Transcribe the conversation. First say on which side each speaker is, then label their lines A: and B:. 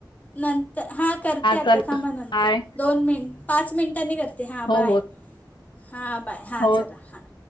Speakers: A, on the left; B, on the left.
A: नंतर हा करते आता
B: चालेल
A: थांमा नंतर
B: बाय
A: दोन मिनट पाच मिनटांनी करते हां
B: हो
A: बाय
B: हो
A: हां बाय हां
B: हो
A: चला हां